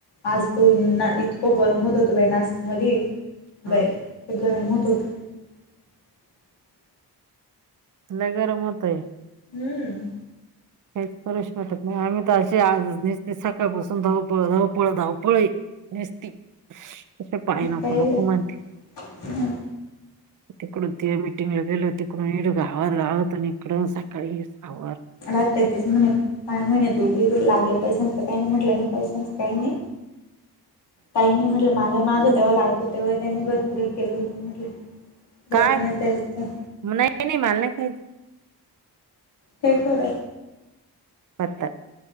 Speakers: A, on the left; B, on the right.
A: आज
B: हं
A: त यांना इतक गरम होत होत बाई नासिक मधी
B: हं
A: बाई गरम होत. <unintelligible> <inaudible>
B: लय गरम होतय.
A: हम्म.
B: काहीच करुशी वाटत नाही, आम्ही तर असे आज नुसतीच सकाळपासून धावपळ, धावपळ, धावपळ, हाय. नसती अस पाय नको
A: पाहिजे
B: नको म्हणती.
A: हं
B: तिकडून ती मीटिंगला गेलो. तिकडूनड <unintelligible> न इकड सकाळी आवर
A: राहते म्हणे काय म्हणे तू बी तुला लागलं पैशांचं काही नाही ताईंनी म्हटलं मला मागं तेव्हा लागले तेव्हा त्यांनी भरपूर केलं होत म्हटलं दवाखान्यात
B: काय
A: जायचं होत.
B: नाही नाही मला नाही खायचं
A: काय कर
B: पत